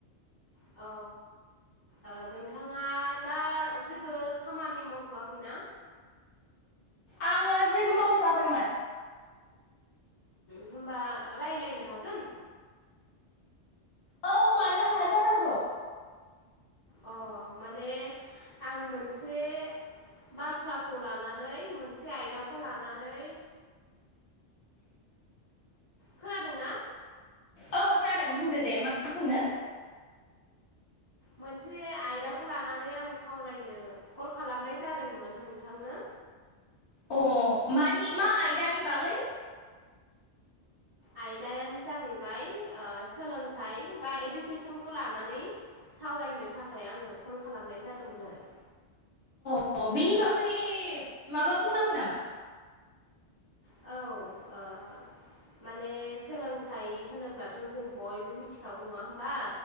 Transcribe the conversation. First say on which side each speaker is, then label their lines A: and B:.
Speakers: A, on the left; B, on the left.
A: अ आ नोंथाङा दा जेबो खामानि मावथ'वाखैना
B: आङो जेबो मावथ'वाखैमोन
A: होमबा राय्लायनो हागोन
B: औ मानो हाया जानांगौ
A: अ माने आं मोनसे बाथ्राखौ लानानै मोनसे आयदाखौ लानानै खोनादों ना
B: औ खोनादों बुंदो दे मा बुंनो
A: मोनसे आयदाखौ लानानै आं सावरायनो कल खालामनाय जादोंमोन नोंथांनो
B: अ मानि मा आयदानि बागै
A: आयदायानो जाहैबाय सोलोंथाइ बा इडुकेसनखौ लानानै सावरायनो थाखाय आङो कल खालामनाय जादोंमोन आरो
B: अ बेनि बागै माबा बुंनांगौ नामा
A: औ आ माने सोलोंथाइ होनोब्लाथ' जों बयबो मिथिखागौ नङा होमबा